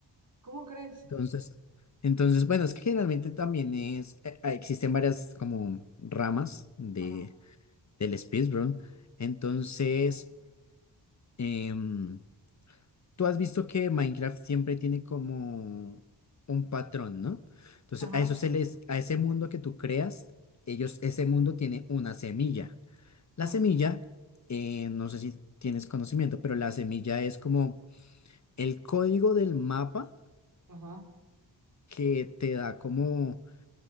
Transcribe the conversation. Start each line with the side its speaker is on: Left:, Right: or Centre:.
Right: ¿cómo crees?
Left: Entonces, entonces, bueno, es que generalmente también es, eh, ah, existen varias como ramas de,
Right: Ajá.
Left: del speedrun. Entonces, em, Tú has visto que Minecraft siempre tiene como un patrón, ¿no? Entonces,
Right: Ajá.
Left: a eso se les, a ese mundo que tú creas, ellos, ese mundo tiene una semilla. La
Right: Ajá.
Left: semilla, eh, no sé si tienes conocimiento, pero la semilla es como el código del mapa
Right: Ajá.
Left: que te da como,